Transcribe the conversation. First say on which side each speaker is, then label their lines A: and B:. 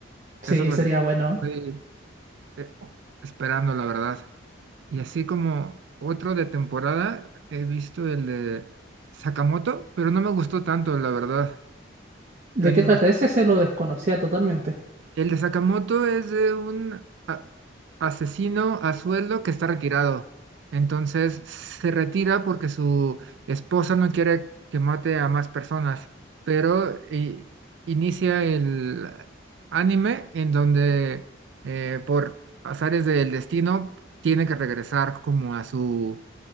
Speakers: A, on the right; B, on the right.
A: Sí,
B: Eso es lo
A: sería
B: que
A: bueno.
B: estoy eh, esperando, la verdad. Y así como otro de temporada, he visto el de Sakamoto, pero no me gustó tanto, la verdad.
A: ¿De
B: La animación
A: qué trata ese? Se lo desconocía totalmente.
B: El de Sakamoto es de un a- asesino a sueldo que está retirado. Entonces se retira porque su esposa no quiere que mate a más personas, pero i- inicia el anime en donde eh, por azares del destino tiene que regresar como a su,